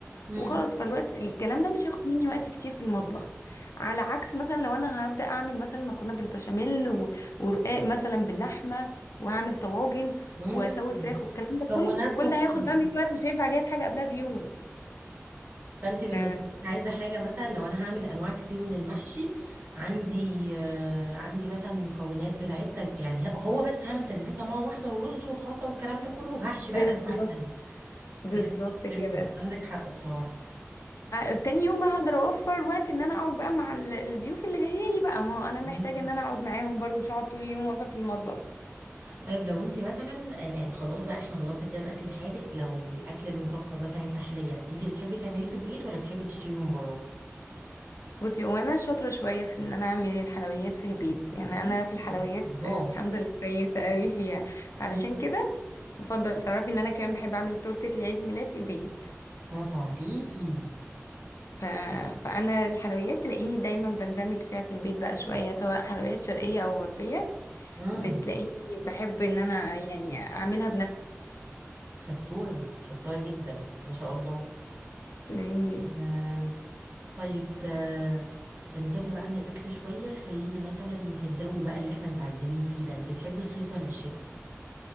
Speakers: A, on the right (about 50°); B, on the left (about 75°).
A: امم
B: وخلاص فالوقت الكلام ده مش هياخد مني وقت كتير في المطبخ على عكس مثلا لو انا هبدا اعمل مثلا مكرونه بالبشاميل و- ورقاق مثلا باللحمه وهعمل طواجن
A: امم
B: واسوي فراخ والكلام ده
A: مكونات
B: كله كل
A: مختلفة
B: ده هياخد بقى مني وقت مش هينفع اجهز حاجه قبلها بيوم
A: فانت بالنسبه
B: ف
A: لك عايزه حاجه مثلا لو انا هعمل انواع كتير من المحشي عندي آه عندي مثلا مكونات بتاعت تج- يعني هي- هو بس هعمل تسبيكه مره واحده والرز والخلطه والكلام ده كله وهحشي
B: بالظبط
A: بقى الانواع التانيه
B: بالظبط
A: فهمت فهمت
B: كده
A: عندك حق بصراحه
B: فتاني يوم بقى هقدر اوفر وقت ان انا اقعد بقى مع ال- الضيوف اللي جايه لي بقى ما هو انا محتاجه
A: مم.
B: ان انا اقعد معاهم برضو مش هقعد طول اليوم واقفه في المطبخ
A: طيب لو انت مثلا آه، يعني خلاص بقى احنا خلصنا كده الاكل الحادق لو الاكل المسكر مثلا التحليه انت بتحبي تعمليه في البيت ولا بتحبي تشتري من بره
B: بصي هو انا شاطره شويه في ان انا اعمل الحلويات في البيت يعني انا
A: مم.
B: في الحلويات
A: الله
B: آه، الحمد لله كويسه قوي فيها فعلشان
A: مم.
B: كده بفضل تعرفي ان انا كمان بحب اعمل تورته العيد الميلاد في البيت
A: برافو عليكي
B: ف... فانا الحلويات تلاقيني دايما بندمج فيها في البيت بقى شويه سواء حلويات شرقيه او غربيه
A: امم
B: بتلاقيني بحب ان انا يعني اعملي
A: شطوره شطوره جدا ما شاء الله
B: لي ليه
A: آه، طيب آه، نسيبنا بقى من الأكل شوية خلينا مثلا في الجو بقى اللي احنا متعذبين فيه ده انتي بتحبي الصيف ولا الشتاء؟